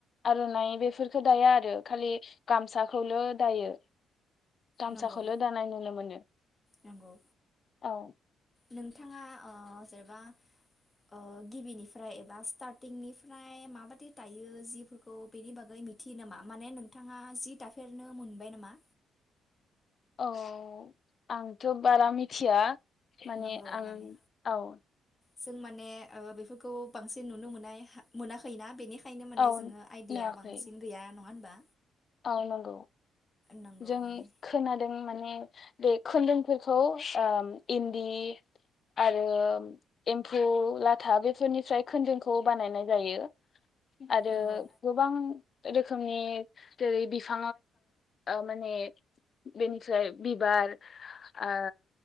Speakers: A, on the left (about 45°); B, on the left (about 25°).
A: आर'नाइ बेफोरफोरखौ दाया आरो खालि गामसाखौल दायो गामसाखौल
B: नंगौ
A: दानाय नुनो मोनो
B: नंगौ
A: औ
B: नोंथाङा ओ जेनेबा ओ गिबिनिफ्राय एबा स्टारटिंनिफ्राय माबादि दायो जिफोरखौ बेनि बागै मिथियो नामा माने नोंथाङा जि दाफेरनो मोनबाय नामा?
A: औ आंथ बारा मिथिया माने
B: नांगौ
A: आं
B: माने
A: औ
B: जों माने ओ बेफोरखौ बांसिन नुनो मोननाय मोनाखै ना बेनिखाय ओंखायनो माने
A: औ
B: जोंङो आइडिया
A: नुवाखै
B: बांसिन गैया नङा होनबा
A: औ नंगौ
B: नंगौ
A: जों
B: माने
A: खोनादों माने बे खोनदुंफोरखौ ओ इन्दि आरो एम्फौ लाथा बेफोरनिफ्राय खोनदुंखौ बानायनाय जायो। आरो
B: नंगौ
A: गोबां रोखोमनि जेरै बि <inaudible> माने बेनिफ्राय बिबार ओ